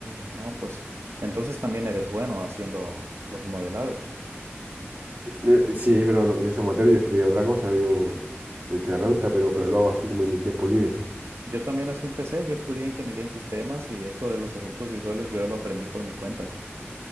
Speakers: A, on the right; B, on the right.
A: no, pues entonces también eres bueno haciendo los modelados.
B: Eh, Sí, pero no, yo soy amateur, yo estudié otra cosa, yo soy terapeuta, pero, pero lo hago así como en mi tiempo libre.
A: Yo también así empecé, yo estudié ingeniería en sistemas y esto de los efectos visuales yo lo aprendí por mi cuenta.